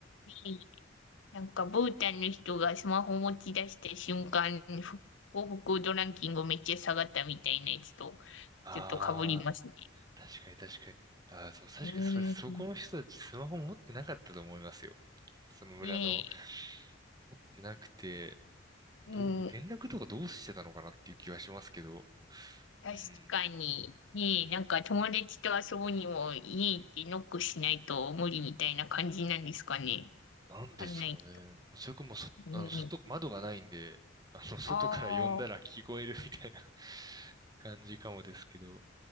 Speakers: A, on the left; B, on the right.
A: ねえなんか、ブータンの人がスマホ持ち出した瞬間、ふ幸福度ランキングめっちゃ下がったみたいなやつと、
B: ああ、
A: ちょっと被りますね。
B: 確かに確かに。ああ、そう、確かにそれ、
A: うーん。
B: そこの人たちスマホ持ってなかったと思いますよ。その村の。
A: ねえ、
B: 持ってなくて、
A: うん。
B: どう、連絡とかどうしてたのかなっていう気はしますけど。
A: 確かに、
B: うん。
A: ねえ、なんか友達と遊ぶにも家行ってノックしないと無理みたいな感じなんですかね。
B: なんですかね。
A: わかんないけど。
B: それかもうそ、
A: ねえ。
B: あの、外、窓がないんで、あの、外から呼んだら聞こえるみたいな
A: ああ。
B: <laughs> 感じかもですけど。